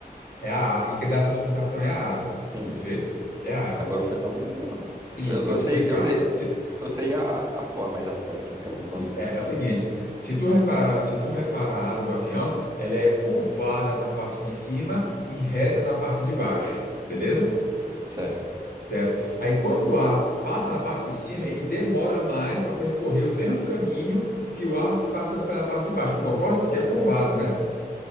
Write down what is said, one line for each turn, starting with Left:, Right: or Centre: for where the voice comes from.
Left: É a, e que dá essa sustentação é a asa.
Right: Sim.
Left: Perfeito? É a asa.
Right: Agora o fenômeno, eu não sei não.
Left: Isso,
Right: Eu,
Left: vou
Right: eu
Left: te
Right: sei,
Left: explicar.
Right: eu sei,
Left: Se-
Right: eu sei a, a forma, mas a técnica, o nome
Left: isso,
Right: certinho
Left: é, é o
Right: não.
Left: seguinte, se tu reparar, se tu reparar a asa do avião, ela é curvada na parte de cima e reta na parte de baixo, beleza?
Right: Certo.
Left: Certo. Aí quando o ar passa na parte de cima, ele demora mais para percorrer o mesmo caminho que o ar que passando pela parte de baixo. Tu concorda? Porque é curvado, né?